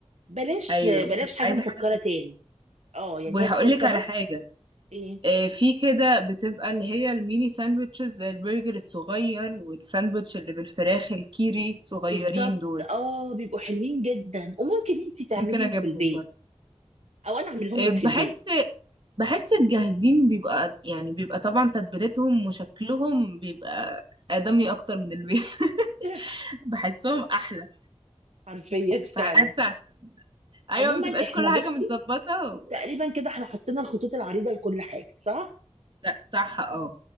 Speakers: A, on the right; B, on the right.
A: بلاش
B: ايوه
A: آه، بلاش
B: بتبقى
A: حاجه
B: عايزه
A: مسكره
B: حاجه تكسر
A: تاني اه يعني
B: وهقول
A: هي التورته
B: لك على
A: بس
B: حاجه
A: ايه
B: آه، في كده بتبقى اللي هي الميني ساندوتشز زي البرجر الصغير والساندوتش اللي بالفراخ الكيري الصغيرين
A: بالظبط
B: دول
A: اه بيبقوا حلوين جدا وممكن انت تعمليهم
B: ممكن اجيبهم
A: في البيت
B: برضه
A: او انا اعملهم
B: آه،
A: لك
B: بحس
A: في البيت
B: بحس الجاهزين بيبقى يعني بيبقى طبعا تتبيلتهم وشكلهم بيبقى آدمي اكتر من البيت <laughs>
A: <laughs>
B: بحسهم احلى
A: حرفيا
B: فحاسه
A: فعلا
B: عشان ايوه
A: عموما
B: ما تبقاش
A: احنا
B: كل
A: بصي
B: حاجه متظبطه و...
A: تقريبا كده احنا حطينا الخطوط العريضه لكل حاجه صح
B: لا صح اه